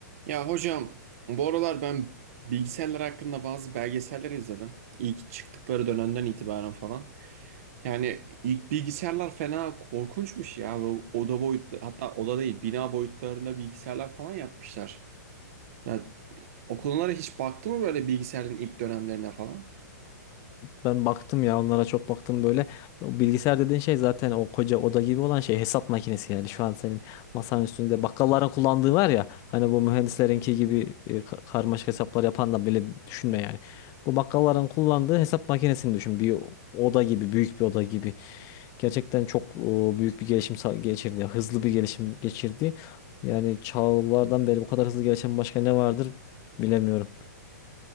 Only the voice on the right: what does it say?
Ya hocam bu aralar ben bilgisayarlar hakkında bazı belgeseller izledim. İlk çıktıkları dönemden itibaren falan. Yani ilk bilgisayarlar fena korkunçmuş ya. Bu oda boyutlu hatta oda değil bina boyutlarında bilgisayarlar falan yapmışlar. Ya, o konulara hiç baktı mı böyle bilgisayarın ilk dönemlerine falan?